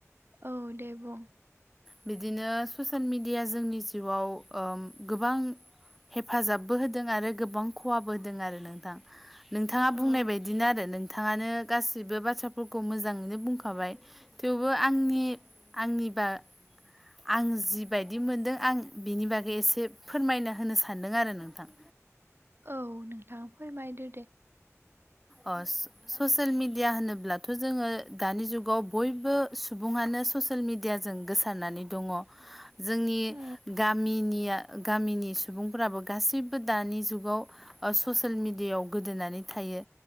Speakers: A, on the right; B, in the centre.
A: औ दे बुं
B: बिदिनो ससियेल मिडिया जोंनि जिउयाव गोबां हेफाजाबबो होदों आरो गोबां खहाबो होदों आरो नोंथां नोंथाङा
A: औ
B: बुंनाय बायदिनो आरो नों बिथाङानो गासैबो बाथ्राफोरखौ मोजाङैनो बुंखाबाय थेवबो आंनि आंनिबा आं जिबायदि मोनदों आं बिनि बागै एसे फोरमायना होनो सानदों आरो नोंथां
A: औ नोंथाङा फोरमायदो दे
B: अ ससियेल मेडिया होनोब्लाथ' जोङो दानि जुगाव बयबो सुबुङानो ससियेल मिडियाजों गोसारनानै दङ जोंनि
A: औ
B: गामिनिया गामिनि सुबुंफोराबो गासैबो दानि जुगाव ओ ससियेल मिडियायाव गोदोनानै थायो